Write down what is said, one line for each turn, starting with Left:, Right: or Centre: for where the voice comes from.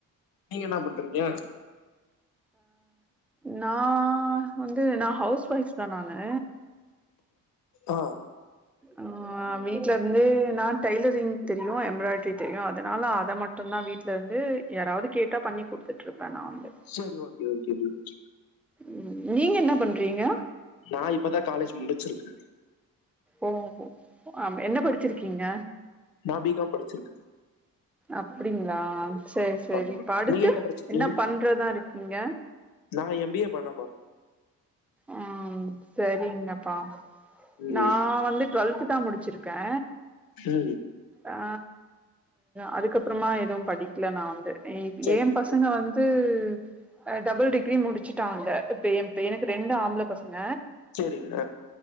Left: நீங்க என்ன பண்றீங்க
Centre: நா வந்து நா ஹவுஸ் ஒய்ஃப் தா நானு
Left: ஆ
Centre: ஆ வீட்ல இருந்தே நா டைய்லரிங் தெரியு எம்ப்ராய்டரி தெரியு அதனால அத மட் மட்டு தா வீட்ல இருந்து யாராவது கேட்டா பண்ணி குடுத்துட்டு இருப்பே நா வந்து
Left: சரி ஓகே ஓகே
Centre: ம் நீங்க என்ன பண்றீங்க
Left: நா இப்பதா காலேஜ் முடிச்சிருக்கே
Centre: ஒ ஓ அப்டியா என்ன படிச்சிருக்கீங்க
Left: நா பி காம் படிச்சிருக்க
Centre: அப்பிடிங்களா சேரி சேரி
Left: ஆமா
Centre: இப்ப அடுத்து
Left: நீங்க படிச்சிருக்கீங்க
Centre: என்ன பண்றதா இருக்கீங்க
Left: நா எம் பிஏ பண்ண போற
Centre: ம் சரிங்கப்பா
Left: ம்
Centre: நா வந்து டுவெல்த் த்துதா முடிச்சிருக்கே
Left: ச்சி
Centre: ஆ அதுக்கப்புறமா எதுவும் படிக்கல நா வந்து
Left: சரிங்க
Centre: ஏ பசங்க வந்து த்து டபுள் டிகிரி முடிச்சிட்டாங்க இப்ப ஏ பையனுக்கு ரெண்டு ஆம்பள பசங்க
Left: சேரிங்க